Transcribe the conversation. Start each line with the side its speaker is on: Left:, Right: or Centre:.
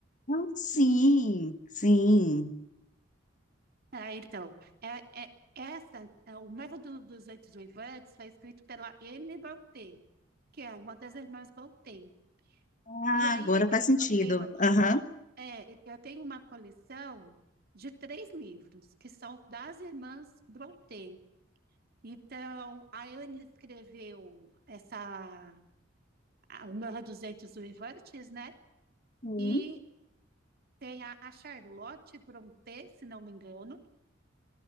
Left: Ah, Sim, sim.
Right: Ah, então, é, é, essa, é, o Novo do- dos Ventos Uivantes foi escrito pela Emily Brontë, que é uma das irmãs Brontë.
Left: Ah,
Right: E aí
Left: agora
Right: eu tenho,
Left: faz sentido.
Right: eu tenho aqui,
Left: Aham.
Right: um- é, eu tenho uma coleção de três livros, que são das irmãs Brontë. Então, a Ellen escreveu essa a Morra dos Eitos Uivantes, né?
Left: Sim.
Right: E tem a, a Charlotte Brontë, se não me engano,